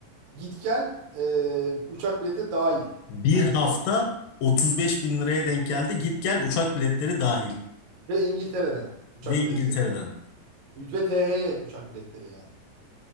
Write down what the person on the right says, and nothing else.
Git gel e, uçak bileti dahil.
Yani
çok
ve İngiltere'den uçak
biletleri. Ve THY uçak biletleri yani.